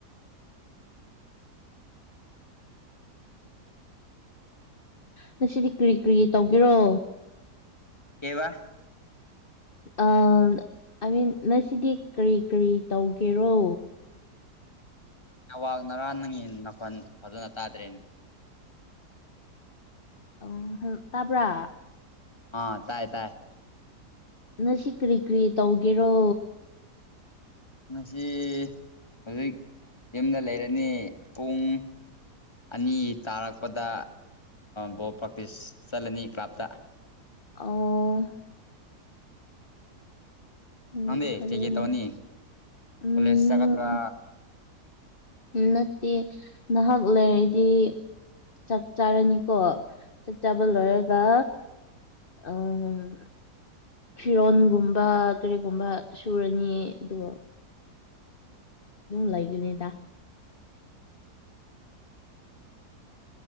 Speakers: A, on the left; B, on the left.
A: ꯉꯁꯤꯗꯤ ꯀꯔꯤ ꯀ꯭ꯔꯤ ꯇꯧꯕꯔꯣ
B: <inaudible>
A: ꯑ ꯑꯥꯏ ꯃꯤꯟ ꯉꯁꯤꯗꯤ ꯀꯔꯤ ꯀꯔꯤ ꯇꯧꯒꯦꯔꯣ
B: ꯑꯋꯥꯥꯛ ꯉꯔꯥꯡ ꯅꯪꯌꯦ ꯅꯥꯄꯜ ꯐꯖꯅ ꯇꯥꯗ꯭ꯔꯦꯅꯦ
A: ꯑꯪ ꯍꯜꯂꯣ ꯇꯥꯕ꯭ꯔꯥ
B: ꯑꯥ ꯇꯥꯏ ꯇꯥꯏ
A: ꯅꯁꯤ ꯀꯔꯤ ꯀꯔꯤ ꯇꯧꯒꯦꯔꯣ
B: ꯉꯁꯤ ꯍꯧꯖꯤꯛ ꯌꯨꯝꯗ ꯂꯩꯔꯅꯤ ꯄꯨꯡ ꯑꯅꯤ ꯇꯥꯔꯛꯄꯗ ꯕꯣꯜ ꯄ꯭ꯔꯥꯛꯇꯤꯁ ꯆꯠꯂꯅꯤ ꯀ꯭ꯂꯥꯞꯇ
A: ꯑ <unintelligible> <inaudible> ꯎꯝ
B: ꯅꯪꯗꯤ
A: ꯐꯔꯦꯅꯦ
B: ꯆꯤꯀꯤꯦ ꯇꯧꯅꯤ
A: ꯎꯝ
B: ꯑꯣꯂꯦꯁ ꯆꯗ꯭ꯔ
A: ꯅꯠꯇꯦ ꯅꯍꯥꯛ ꯂꯩꯔꯗꯤ ꯆꯥꯛ ꯆꯥꯔꯅꯤꯀꯣ ꯆꯥꯛ ꯆꯥꯕ ꯂꯣꯏꯔꯒ ꯑ <unintelligible> <inaudible> ꯐꯤꯔꯣꯟꯒꯨꯝꯕ ꯀꯔꯤꯒꯨꯝꯕ ꯁꯨꯔꯅꯤ ꯑꯗꯨꯒ ꯂꯥꯛꯒꯅꯤ ꯇ